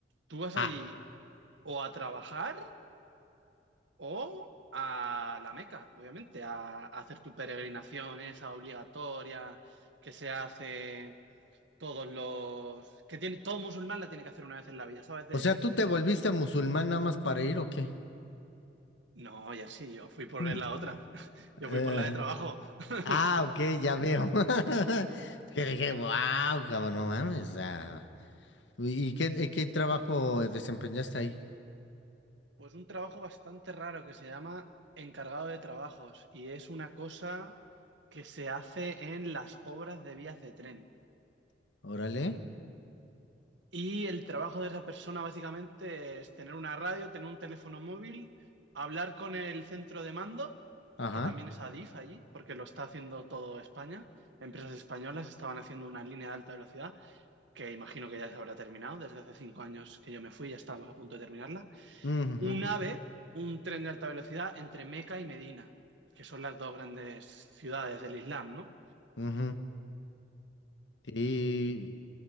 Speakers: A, on the right; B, on the left.
A: Tú vas
B: Ah,
A: allí o a trabajar o a la Meca, obviamente, a, a hacer tu peregrinación esa obligatoria que se hace todos los... que tiene, todo musulmán la tiene que hacer una vez en la vida, ¿sabes de
B: o sea,
A: lo
B: ¿tú
A: que te
B: te
A: digo,
B: volviste
A: no?
B: musulmán nada más para ir o qué?
A: No, ya sí, yo fui por
B: Mm.
A: la otra, <laughs> yo
B: Eh,
A: fui por la de trabajo. <laughs>
B: Ah, ok, ya veo. <laughs> Que dije, wow, cabrón, no mames. ah". ¿Y y qué, y qué trabajo eh, desempeñaste ahí?
A: Pues un trabajo bastante raro que se llama encargado de trabajos y es una cosa que se hace en las obras de vías de tren.
B: Órale.
A: Y el trabajo de esa persona básicamente es tener una radio, tener un teléfono móvil, hablar con el centro de mando,
B: Ajá.
A: que también es Adif allí, porque lo está haciendo todo España. Empresas españolas estaban haciendo una línea de alta velocidad, que imagino que ya se habrá terminado, desde hace cinco años que yo me fui, ya estábamos a punto de terminarla.
B: ujú,
A: un AVE, un tren de alta velocidad entre Meca y Medina, que son las dos grandes ciudades del Islam, ¿no?
B: ujú. Y,